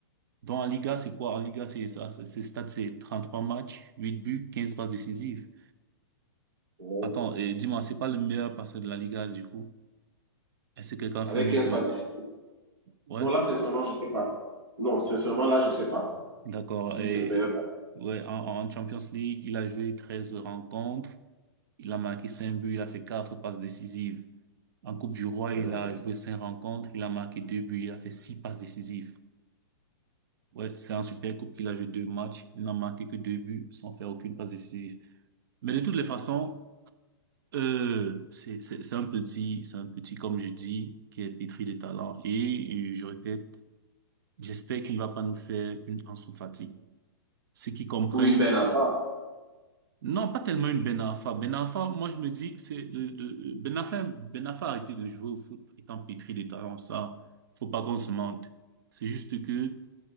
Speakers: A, on the right; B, on the right.
A: Dans la Liga, c'est quoi? En Liga, c'est ça, c'est c'est stats, c'est 33 matchs, 8 buts, 15 passes décisives.
B: oui.
A: Attends, et dis-moi, c'est pas le meilleur passeur de la Liga, du coup? Est-ce que quelqu'un fait
B: Avec
A: mieux
B: 15
A: que
B: passes
A: lui?
B: ici.
A: Ouais,
B: Non, là, sincèrement, je sais pas. Non, sincèrement, là, je sais pas
A: d'accord.
B: si
A: Et,
B: c'est le meilleur parfum.
A: ouais, en, en Champions League, il a joué 13 rencontres, il a marqué 5 buts, il a fait 4 passes décisives. En Coupe du Roi,
B: hein.
A: il a
B: C'est
A: joué 5 rencontres, il a marqué 2 buts, il a fait 6 passes décisives. Ouais, c'est un super coup qu'il a joué deux matchs. Il n'a marqué que deux buts sans faire aucune passe décisive. Mais de toutes les façons, euh, c'est, c'est, c'est un petit, c'est un petit, comme je dis, qui est pétri de talent. Et, euh, je répète, j'espère qu'il ne va pas nous faire une Ansu Fati. Ceux qui comprennent,
B: pour une belle enfant.
A: non, pas tellement une Ben Arfa. Ben Arfa, moi, je me dis que c'est le, le- Ben Arfa, Ben Arfa a arrêté de jouer au foot étant pétri de talent. Ça, faut pas qu'on se mente. C'est juste que,